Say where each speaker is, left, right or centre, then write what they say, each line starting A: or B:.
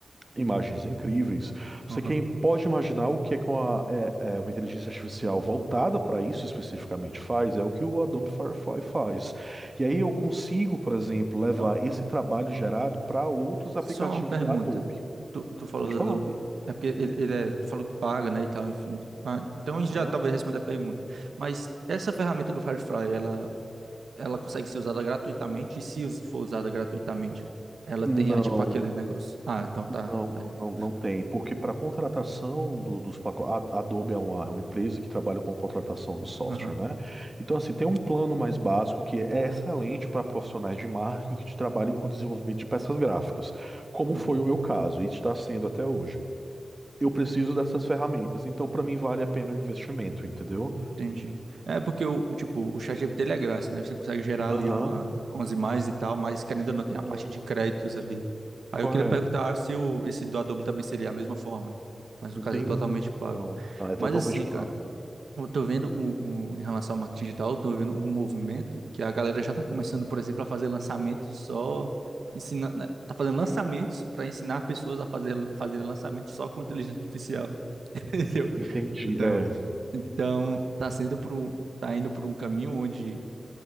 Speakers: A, on the right; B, on the right.
A: Imagens incríveis. Você
B: Aham.
A: quem pode imaginar o que é que uma, é- é uma inteligência artificial voltada para isso especificamente faz, é o que o Adobe Firefly faz. E aí eu consigo, por exemplo, levar
B: Ah,
A: esse trabalho gerado para outros
B: Só
A: aplicativos
B: uma pergunta.
A: da Adobe.
B: Tu, tu falou
A: Pode
B: da
A: falar.
B: Adobe. É porque ele, ele é, tu falou que paga, né, e tal, enfim. Ah, então
A: Aham.
B: a gente já talvez responda a pergunta. Mas essa ferramenta do Firefly, ela, ela consegue ser usada gratuitamente? E se us- for usada gratuitamente, ela
A: Não.
B: tem, ah, tipo, aquele negócio. Ah, então tá,
A: Não,
B: tá de boa.
A: não, não tem, porque para contratação do- dos pacotes, a a Adobe é uma, é uma empresa que trabalha com contratação do software,
B: Aham.
A: né? Então, assim, tem um plano mais básico que é excelente para profissionais de marketing que trabalham com o desenvolvimento de peças gráficas, como
B: uhum.
A: foi o meu caso e está sendo até hoje. Eu preciso dessas ferramentas, então para mim vale a pena o investimento, entendeu?
B: Entendi. É porque o, o tipo, o ChatGPT ele é grátis, né? Você consegue gerar ali
A: Aham.
B: uma, umas imagens e tal, mas querendo ou não, tem
A: Uhum.
B: a parte de créditos ali. Aí
A: Correto.
B: eu queria perguntar se o, esse do Adobe também seria a mesma forma, né? Mas no
A: Entendi.
B: caso é totalmente pago.
A: Não, não, é
B: Mas
A: totalmente
B: assim,
A: pago.
B: cara, eu tô vendo um, um- em relação ao marketing digital, eu tô vendo um movimento que a galera já tá começando, por exemplo, a fazer lançamentos só ensinando, tá fazendo lançamentos para ensinar pessoas a fazer fazer lançamentos só com inteligência artificial. <laughs>
A: Entendi.
B: Então,
A: É,
B: então tá sendo por um, tá indo por um caminho onde